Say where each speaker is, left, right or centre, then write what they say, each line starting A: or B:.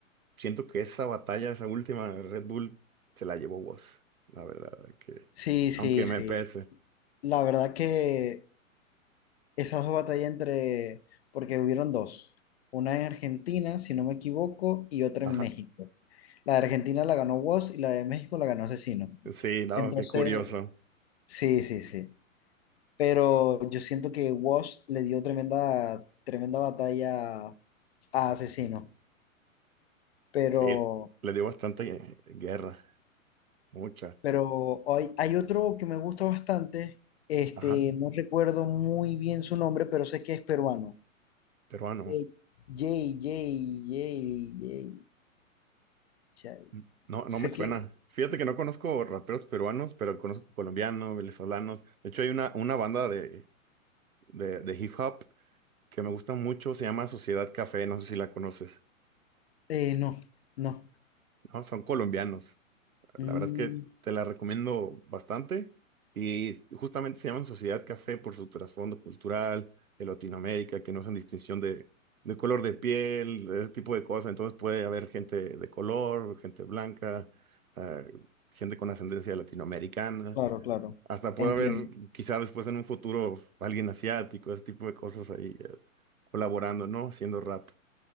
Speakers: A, on the right; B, on the left.
A: siento que esa batalla, esa última de Red Bull, se la llevó vos, la verdad, que
B: Sí, sí,
A: aunque me
B: sí.
A: pese.
B: La verdad que esas dos batallas entre, porque hubieron dos, una en Argentina, si no me equivoco, y otra
A: Ajá.
B: en México. La de Argentina la ganó Woz y la de México la ganó Asesino.
A: Sí, no,
B: Entonces,
A: qué curioso.
B: sí, sí, sí. pero yo siento que Wash le dio tremenda, tremenda batalla a Asesino. Pero,
A: Sí, le dio bastante eh, guerra, mucha.
B: pero hay, hay otro que me gusta bastante, este,
A: Ajá,
B: no recuerdo muy bien su nombre, pero sé que es peruano.
A: peruano.
B: Eh, Jay, Jay, Jay, Jay, Jay.
A: N- No,
B: Sé
A: no me suena.
B: que...
A: Fíjate que no conozco raperos peruanos, pero conozco colombianos, venezolanos. De hecho, hay una, una banda de, de, de hip hop que me gusta mucho, se llama Sociedad Café, no sé si la conoces.
B: eh, no, no.
A: No, son colombianos.
B: Mm,
A: La verdad es que te la recomiendo bastante y justamente se llaman Sociedad Café por su trasfondo cultural de Latinoamérica, que no hacen distinción de, de color de piel, de ese tipo de cosas. Entonces puede haber gente de color, gente blanca, eh, gente con ascendencia latinoamericana.
B: claro, claro.
A: Hasta puede
B: Entiendo.
A: haber, quizá después en un futuro, alguien asiático, ese tipo de cosas ahí eh, colaborando, ¿no? Haciendo rap.